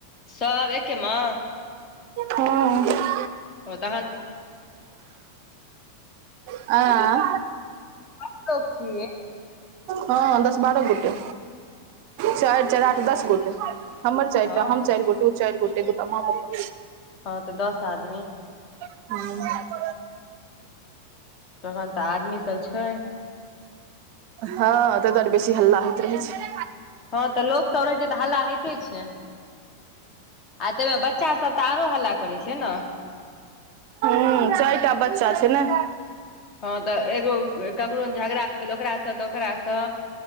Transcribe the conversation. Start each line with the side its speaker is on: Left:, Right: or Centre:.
Left: सर एके मे।
Right: हँ
Left: ओ तहन
Right: आ
Left: <unintelligible>
Right: हँ दश बारह गोटे चारि आठ दश गोटे। हमर चारि
Left: हँ
Right: टा हम चारि गोटे ओ चारि गोटे दो टा माँ पप्पा।
Left: हँ तऽ दस आदमी।
Right: हू
Left: तखन तऽ आदमी सब छैय।
Right: हँ तै दुआरे बेसी हल्ला होइत रहै छैय।
Left: हँ तऽ लोक सब रहै छैय तऽ हल्ला होइते छैय। आ ताहिमे बच्चा सब तऽ आरो हल्ला करै छैय ने।
Right: हूं चारिटा बच्चा छैय ने।
Left: हँ तऽ एगो ककरो झगड़ा भेल ओकासँ तऽ ओकरासँ।